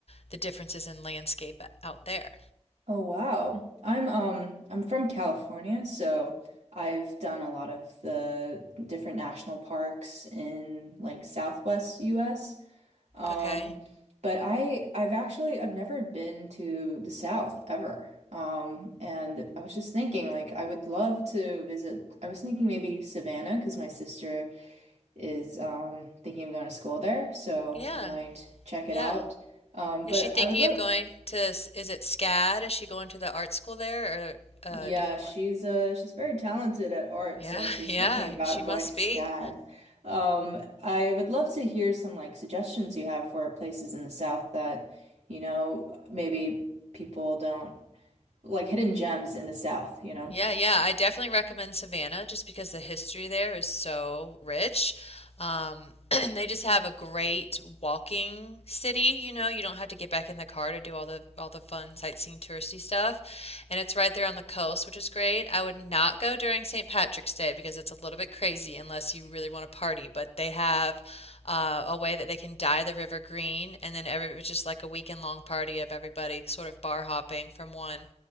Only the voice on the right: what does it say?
Oh wow. I'm um I'm from California, so I've done a lot of the different national parks in like Southwest US. Um,
but I I've actually I've never been to the South ever. Um, and I was just thinking like I would love to visit. I was thinking maybe Savannah because my sister is um thinking of going to school there, so
I might check
it out. Um,
but
I would love
Yeah,
she's
uh she's very talented at art,
so she's
thinking about
going to SCAD.
Um, I would love to hear some like suggestions you have for places in the South that, you know, maybe people don't like hidden gems in the South, you know?